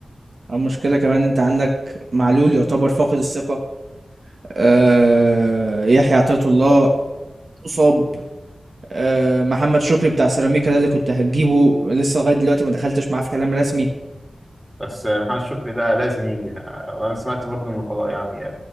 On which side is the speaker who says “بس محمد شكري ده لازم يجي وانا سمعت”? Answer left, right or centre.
Centre